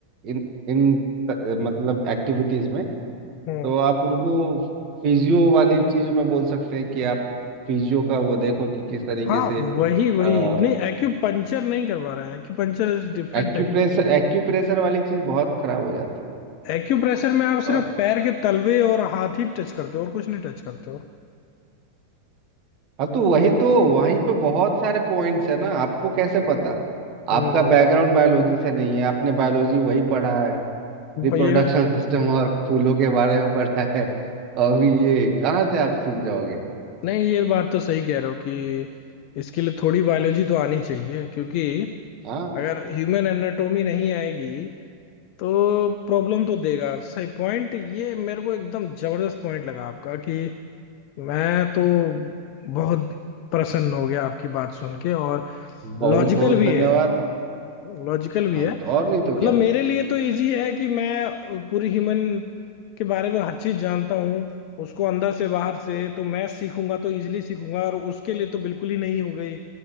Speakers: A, on the right; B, on the left.
A: इन इन त- मतलब एक्टिविटीज में
B: हम्म
A: तो आप उनको फिजियो वाली चीजों में बोल सकते हैं कि आप फिजियो का वो देखो कि किस तरीके
B: हाँ
A: से
B: वही वही
A: अ,
B: नहीं एक्यूपंचर नहीं करवा रहा है acupuncture is different
A: एक्यूप्रेशर
B: technique
A: एक्यूप्रेशर वाली चीज बहुत खराब हो जाती है
B: Acupressure में आप
A: बहुत
B: सिर्फ पैर के तलवे और हाथ ही टच करते हो और कुछ नहीं टच करते हो
A: हाँ तो वही तो वहीं पे बहुत सारे पॉइंट्स है ना आपको कैसे पता
B: हम्म
A: आपका बैकग्राउंड बायोलॉजी से नहीं है आपने बायोलॉजी वही पढ़ा है रिप्रोडक्शन
B: ये भी
A: सिस्टम और फूलों के बारे में पढ़ा है अभी ये कहाँ से आप सीख जाओगे
B: नहीं ये बात तो सही कह रहे हो कि इसके लिए थोड़ी बायोलॉजी तो आनी चाहिए क्योंकि
A: हाँ
B: अगर ह्यूमन एनाटोमी नहीं आएगी तो प्रॉब्लम तो देगा सही पॉइंट ये मेरे को एकदम जबरदस्त पॉइंट लगा आपका कि मैं तो बहुत प्रसन्न हो गया आपकी बात सुन के और
A: बहुत
B: लॉजिकल
A: बहुत
B: भी
A: धन्यवाद
B: है लॉजिकल भी
A: हाँ
B: है
A: तो और नहीं तो
B: मतलब
A: क्या
B: मेरे लिए तो इजी है कि मैं पूरी ह्यूमन के बारे में हर चीज जानता हूँ उसको अंदर से बाहर से तो मैं सीखूंगा तो इजीली सीखूंगा और उसके लिए तो बिल्कुल ही नहीं हो गई